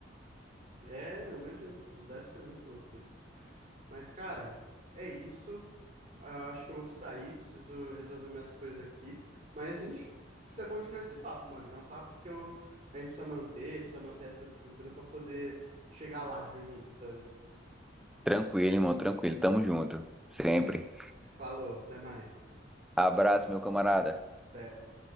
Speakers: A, on the right; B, in the centre.
A: É, eu imagino. Deve ser muito louco isso. Mas, cara, é isso. Ah, acho que eu vou sair, preciso resolver minhas coisas aqui. Mas a gente precisa continuar esse papo, mano. É um papo que eu, a gente precisa manter, precisa manter essa estrutura para poder chegar lá junto, sabe?
B: Tranquilo, irmão, tranquilo, tamo junto, sempre.
A: Falou, até mais.
B: Abraço, meu camarada.
A: Até.